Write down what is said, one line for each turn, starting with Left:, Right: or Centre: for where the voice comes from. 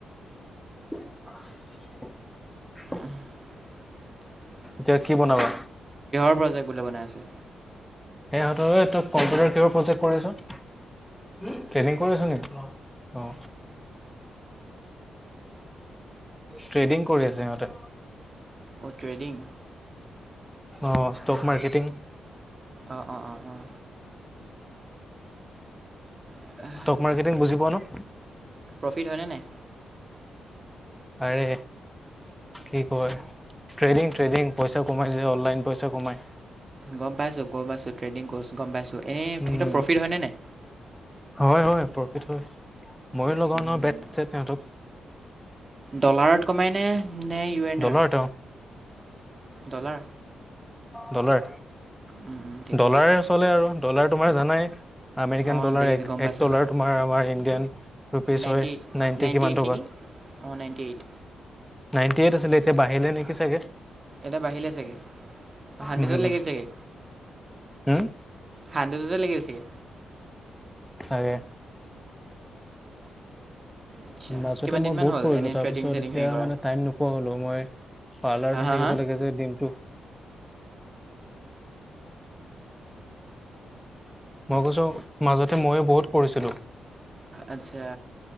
Centre: <unintelligible>
Right: <unintelligible>
Centre: এতিয়া কি বনাবা?
Right: পোৰ <unintelligible> বনাই আছে
Centre: সেহঁতৰ এইো তোক কম্পিউটাৰ কিহোৰ প্ৰজেক্ট কৰে ন ট্ৰেইনিং কৰি আছো নেকি অ ট্ৰেডিং কৰি আছে ইিহঁতে
Right: অ' ট্ৰেডিং
Centre: অ ষ্টক মাৰ্কেটিং
Right: অঁ অঁ অঁ অঁ অঁ
Centre: ষ্টক মাৰ্কেটিং বুজি পোৱা ন
Right: প্ৰফিট হয়নে নাই
Centre: আৰে কি কয় ট্ৰেডিং ট্ৰেডিং পইচা কমাই যে অনলাইন পইচা কমাই
Right: গম পাইছোঁ গম পাইছোঁ ট্ৰেডিং গম পাইছোঁ এনেই
Centre: উম
Right: সেইটো প্ৰফিট হয়নে নাই
Centre: হয় হয় প্ৰফিট হয় মইো লগা
Right: উম,
Centre: ন বেত ছেত সিহতক
Right: ডলাৰত কমাইনে নে ইউ এন
Centre: ডলাৰত
Right: আৰ
Centre: অ
Right: ডলাৰ
Centre: ডলাৰ
Right: উম, উম, ঠিকে
Centre: ডলাৰ
Right: আছে
Centre: চলে আৰু ডলাৰ তোমাৰ জানাই আমেৰিকান
Right: অঁ
Centre: ডলাৰ
Right: দেখিছোঁ
Centre: এক
Right: গম পাইছোঁ
Centre: এক ডলাৰ তোমাৰ আমাৰ ইণ্ডিয়ান ৰুপিজ
Right: নাইণ্টি
Centre: হয়
Right: এইট
Centre: নাইনটি
Right: নাইণ্টি
Centre: কিমান
Right: এইট
Centre: টকা
Right: নেকি অঁ নাইণ্টি এইট
Centre: নাইনটি এইট আছিলল এতিয়া বাহিল নেকি চাগ
Right: এতিয়া বাঢ়িলে চাগে হাডজত
Centre: উম
Right: লাগিল চাগে
Centre: হম
Right: হাণ্ড্ৰেডতে লাগি চাগে
Centre: চাগে
Right: আচ্ছা
Centre: মাজতে
Right: কিমান
Centre: মই
Right: দিনমান
Centre: বহুত
Right: হ'ল
Centre: কৰিলোঁ
Right: এনেই
Centre: তাৰপিছত
Right: ট্ৰেডিং চেডিং
Centre: এতিয়া
Right: হেৰি কৰা
Centre: মানে টাইম নোপোৱা হ'লোঁ মই পাৰ্লাৰতে
Right: হা হা
Centre: থাকিব
Right: হা
Centre: লাগে যে দিনটো মই কৈছো মাজতে ময়ো বহুত পঢ়ছিলো
Right: আচছা